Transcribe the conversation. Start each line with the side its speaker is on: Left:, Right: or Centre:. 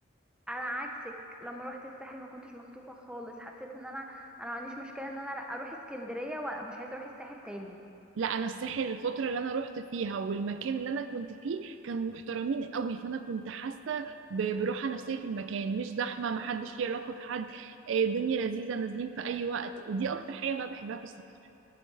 Centre: انا عكسك لما روحت الساحل ما كنتش مخطوفه خالص حسيت ان انا انا ما عنديش مشكله ان انا اروح اسكندريه ومش عايزه اروح الساحل تاني
Right: لا انا الساحل الفتره اللي انا رحت فيها والمكان اللي انا كنت فيه كانوا محترمين قوي فانا كنت حاسه ب- براحه نفسيه في المكان مش زحمه محدش
Centre: مم.
Right: ليه علاقه بحد آه، الدنيا لذيذه نازلين في اي وقت ودي اكتر حاجه بقى بحبها في السفر